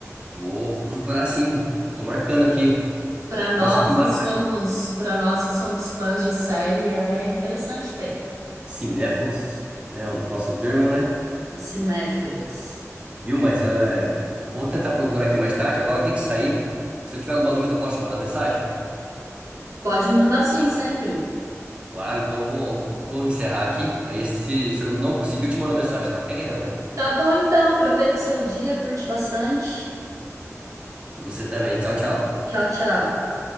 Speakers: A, on the right; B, on the right.
A: vou, vou procurar sim. Tô marcando aqui.
B: Para nós
A: Nossa, que massa.
B: que somos, para nós que somos fãs de série, é interessante ter.
A: Cinéfilos, né? O nosso termo, né?
B: Os cinéfilos.
A: Viu? Mas é, eu vou tentar procurar aqui mais tarde. Agora eu tenho que sair. Se eu tiver alguma dúvida, posso te mandar mensagem?
B: Pode me mandar sim sempre.
A: Claro, então eu vou, vou encerrar aqui. Aí, se, se eu não conseguir, eu te mando mensagem, tá ok, Ana?
B: Tá bom então, aproveita o seu dia, curte bastante.
A: Você também. Tchau, tchau.
B: Tchau, tchau.